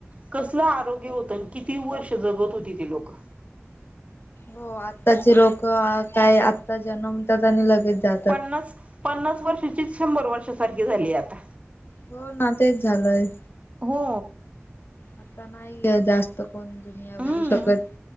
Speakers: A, on the right (about 30°); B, on the left (about 55°).
A: कसलं आरोग्य होत आणि किती वर्ष जगत होती ती लोक.
B: हो आत्ताचे लोक काय आत्ता जन्मतात आणि लगेच जातात.
A: पन्नास पन्नास वर्षाचीच शंभर वर्ष सारखी झाली आता.
B: हो ना तेच झालंय.
A: हो.
B: आता नाहीये जास्त कोण दुनिया
A: हम्म
B: बघू शकत.